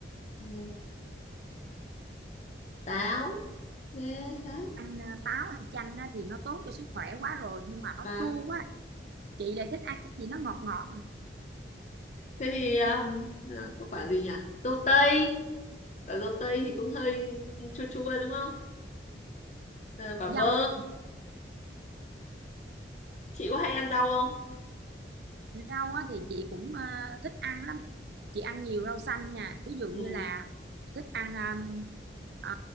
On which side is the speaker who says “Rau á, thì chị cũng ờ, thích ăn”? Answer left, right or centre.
Right